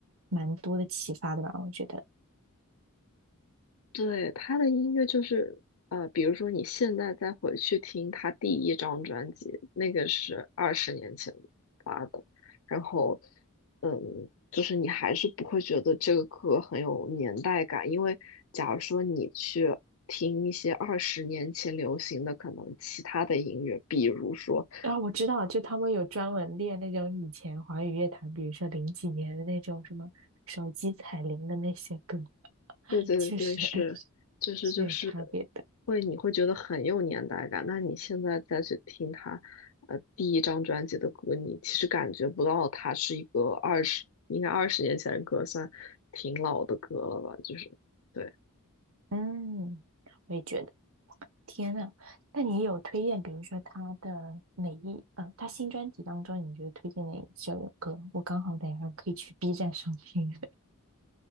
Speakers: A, on the right (about 65°); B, on the left (about 70°).
A: 蛮多的启发的吧，我觉得。
B: 对他的音乐就是呃，比如说你现在再回去听他第一张专辑，那个是二十年前发的，然后嗯，就是你还是不会觉得这个歌很有年代感，因为假如说你去。听一些二十年前流行的可能其他的音乐，比如说
A: 啊，我知道，就他们有专门练那种以前华语乐坛，比如说零几年的那种什么手机彩铃的那些歌，<laughs>
B: 对对对对，
A: 确实
B: 是，就是就是
A: 是有差别的。
B: 会，你会觉得很有年代感。那你现在再去听他，呃，第一张专辑的歌，你其实感觉不到他是一个二十，应该二十年前的歌，算挺老的歌了吧？就是，对。
A: 嗯，我也觉得。天呐，那你有推荐，比如说他的哪一，嗯、他新专辑当中，你觉得推荐哪一首歌？我刚好等一下可以去 B 站上听。